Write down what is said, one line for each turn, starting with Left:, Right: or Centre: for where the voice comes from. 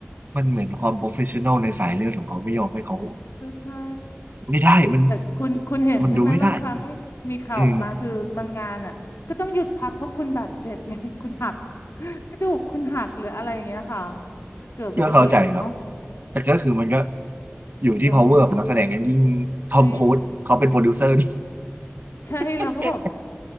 Right: มันเหมือนความโปรเฟชชั่นอลในสายเลือดของเขาไม่ยอมให้เขา
Left: เออใช่
Right: ไม่ได้มัน
Left: แต่คุณคุณเห็นใช่ไหมบางครั้ง
Right: มันดูไม่ได้
Left: มีข่าวออกมาคือบางงานอ่ะก็ต้องหยุดพักเพราะคุณบาดเจ็บไง
Right: เออ
Left: <laughs> คุณหักกระดูกคุณหักหรืออะไรอย่างเงี้ยค่ะเกิดอุบัติเหตุเนาะ
Right: ก็เข้าใจครับ แต่ก็คือมันก็อยู่ที่
Left: เนาะ
Right: power ของนักแสดงนั้นยิ่งทอมครูซเขาเป็นโปรดิวเซอร์นี่
Left: จริงใช่เราก็แบบ
Right: <laughs>